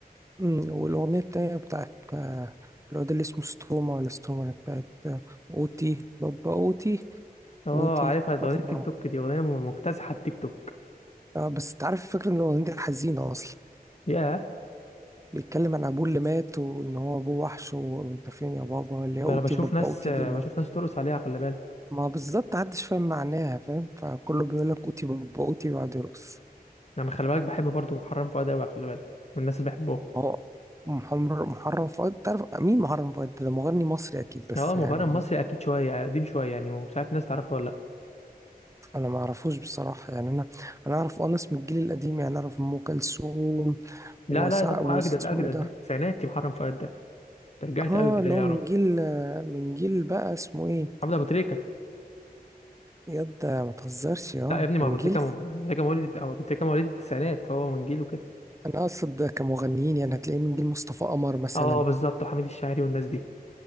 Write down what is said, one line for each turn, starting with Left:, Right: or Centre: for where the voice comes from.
Right: مم، والأغنية التانية بتاعت آه، الواد اللي اسمه ستوما ولا ستوما اللي بتاعت آه، أوتي بابا أوتي
Left: اه
Right: أوتي
Left: عارفها ده
Right: بابا
Left: اغنيه تيك توك دي اغنيه م- مكتسحه التيك توك
Right: اه بس انت عارف الفكرة ان الأغنية دي حزينة أصلا
Left: يا
Right: بيتكلم عن أبوه اللي مات وإن هو أبوه وحش وأنت فين يا بابا اللي هي
Left: ده
Right: أوتي
Left: انا بشوف
Right: بابا
Left: ناس
Right: أوتي
Left: آه،
Right: دي لا
Left: بشوف ناس ترقص عليها خلي بالك
Right: ما بالظبط محدش فاهم معناها فاهم فكله بيقول لك أوتي بابا أوتي ويقعد يرقص
Left: انا خلي بالك بحب برضو محرم فؤاد قوي خلي بالك من الناس اللي بحبهم
Right: هو محمر محرم فؤاد تعرف مين محرم فؤاد ده ده مغني مصري اكيد بس
Left: اه مغني
Right: يعني
Left: مصري اكيد شويه قديم شويه يعني مش عارف الناس تعرفه ولا
Right: انا ما اعرفوش بصراحه يعني انا انا اعرف اه ناس من الجيل القديم يعني اعرف ام كلثوم
Left: لا
Right: وسع
Left: لا لا ده هو
Right: واسمه
Left: اجدد اجدد
Right: ايه ده
Left: ده التسعيناتي محرم فؤاد ده ترجعت
Right: اه
Left: قوي كده
Right: اللي
Left: ليه
Right: هو
Left: يا
Right: من
Left: راجل
Right: جيل من جيل بقى اسمه ايه
Left: محمد ابو تريكه
Right: ياد ما تهزرش اه
Left: لا يا ابني ما
Right: من
Left: ابو تريكه
Right: جيل
Left: م- ابو تريكه مواليد أو ابو تريكه مواليد التسعينات هو من جيله كده
Right: انا اقصد كمغنيين يعني هتلاقيه من جيل مصطفى قمر مثلا
Left: اه بالظبط وحميد الشاعري والناس دي